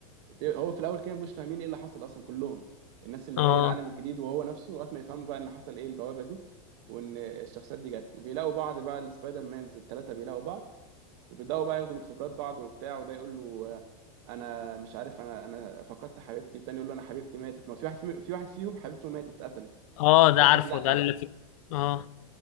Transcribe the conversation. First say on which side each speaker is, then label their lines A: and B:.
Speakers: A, on the right (about 50°); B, on the left (about 65°).
A: بي- هو في الاول كان مش فاهمين ايه اللي حصل اصلا كلهم الناس اللي
B: اه
A: جايه العالم الجديد وهو نفسه لغايه ما يفهموا بقى ان حصل ايه البوابه دي وان الشخصيات دي جت وبيلاقوا بعض بقى السبايدر مانز الثلاثه بيلاقوا بعض وبيبداوا بقى ياخدوا من خبرات بعض وبتاع وده يقول له آه، انا مش عارف انا انا فقدت حبيبتي والتاني يقول له انا حبيبتي ماتت ما في واحد في في واحد فيهم حبيبته ماتت اتقتلت
B: اه ده
A: في
B: عارفه
A: واحد لا
B: ده اللي في اه